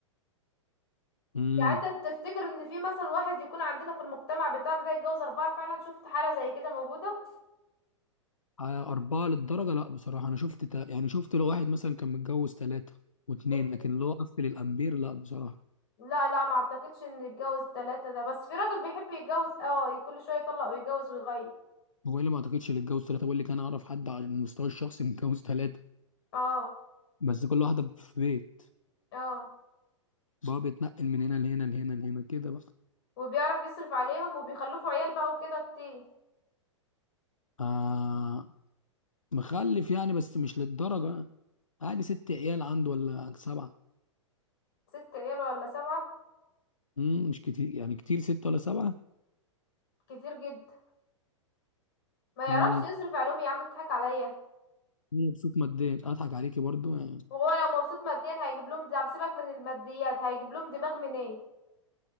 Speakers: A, on the left (about 85°); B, on the left (about 50°).
A: أهي
B: يعني انت تفتكر ان في مثلا واحد يكون عندنا في المجتمع بتاعنا ده يتجوز اربعة فعلا شفت حالة زي كده موجودة
A: على أربعة للدرجة لا بصراحة أنا شفت تا... يعني شفت لو واحد مثلا كان متجوز ثلاثة واتنين
B: ات-
A: لكن لو قفل الأمبير لا بصراحة
B: لا لا ما اعتقدش ان يتجوز تلاتة ده بس في راجل بيحب يتجوز اه كل شوية يطلق ويتجوز ويغير
A: هو إيه اللي ما أعتقدش اللي اتجوز ثلاثة بقول لك أنا أعرف حد على المستوى الشخصي متجوز ثلاثة
B: اه
A: بس كل واحدة في بيت
B: اه
A: بقى بيتنقل من هنا لهنا لهنا لهنا كده بقى
B: وبيعرف يصرف عليهم وبيخلفوا عيال بقى وكده كتير
A: آه مخلف يعني بس مش للدرجة يعني. عادي ست عيال عنده ولا سبعة
B: ست عيال ولا سبعة
A: مم مش كتير يعني كتير ست ولا سبعة
B: كتير جدا ما
A: مم
B: يعرفش يصرف عليهم يا عم اضحك عليا
A: مبسوط ماديا أضحك عليكي برضو يعني
B: وهو لو مبسوط ماديا هيجيب لهم دعم سيبك من الماديات هيجيب لهم دماغ منين